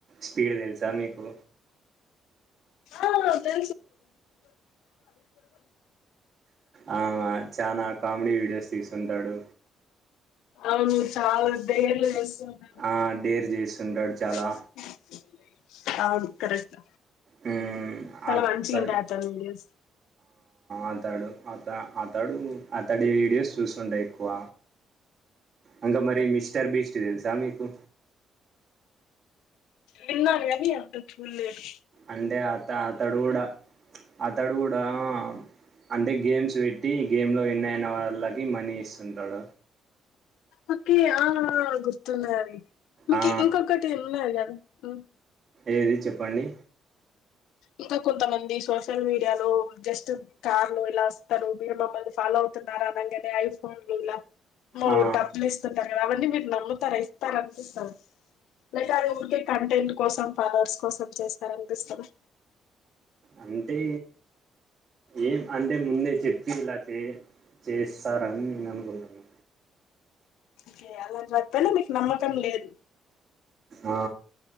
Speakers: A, on the right; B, on the left.
A: స్పీడ్ తెలుసా మీకు
B: ఆ తె
A: ఆ చానా కామెడీ వీడియోస్ తీస్తుంటాడు
B: అవును చాల డేర్లు చేస్తుంటాడు
A: ఆ డేర్ చేస్తుంటాడు చాలా
B: <inaudible> అవును కరస్ట్
A: మ్మ్
B: చాలా
A: అతడు
B: మంచిగుంటై అతని వీడియోస్
A: అతడు అత అతడు అతడి వీడియోస్ చూస్తుంటా ఎక్కువ అంగ మరి మిస్టర్ బీస్ట్ చేసా మీకు
B: తిన్నాన్ గానీ అంత చూల్లేదు
A: అందే అత అతడు కూడా అతడు కూడా ఆ అంటే గేమ్స్ పెట్టి గేమ్ లో విన్ అయిన వాళ్ళ కి మనీ ఇస్తుంటాడ
B: ఓకే ఆ గుర్తున్నది మికి
A: ఆ
B: ఇంకొక్కటి ఉన్నది కదా అ
A: ఏది చెప్పండి
B: ఇంకా కొంతమంది సోషల్ మీడియాలో జస్ట్ కార్ లో ఇలా వస్తారు మీరు మమల్ని ఫాలో అవుతున్నారా అనంగానే ఐఫోన్లు ఇలా అమ్మో
A: ఆ
B: డబ్బులిస్తుంటాడు ఏవండి మీరు నమ్ముతార ఇస్తార అనిపిస్తా లేక అవి ఉంటే కంటెంట్ కోసం ఫాలోవర్స్ కోసం చేస్తార అనిపిస్తది
A: అంటే ఏం అంటే ముందే చెప్పి ఇలా చే చేస్తారని నేను అనుకుంటున్నా
B: ఓకే అలాంటి వాటిపైన మీకు నమ్మకం లేదు
A: ఆ